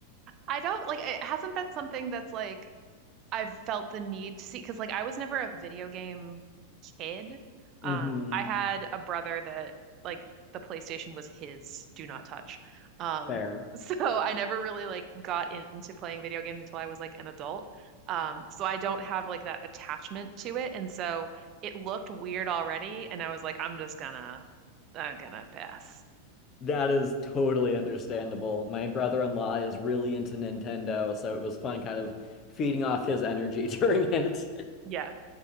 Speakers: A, on the right (about 35°); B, on the left (about 30°).
A: I don't like it hasn't been something that's like I've felt the need to see because like I was never a video game kid.
B: Mm-hmm.
A: Um, I had a brother that like the PlayStation was his, do not touch. Um,
B: Fair.
A: <laughs> so I never really like got into playing video games until I was like an adult. Um, so I don't have like that attachment to it, and so it looked weird already, and I was like, I'm just gonna, I'm gonna pass.
B: That is totally understandable. My brother-in-law is really into Nintendo, so it was fun kind of feeding off his energy <laughs> during it.
A: Yeah,